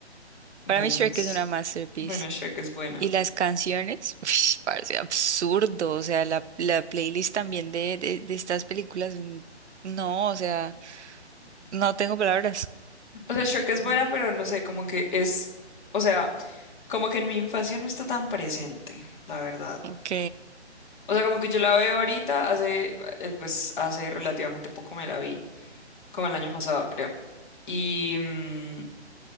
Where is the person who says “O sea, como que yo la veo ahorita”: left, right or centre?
Left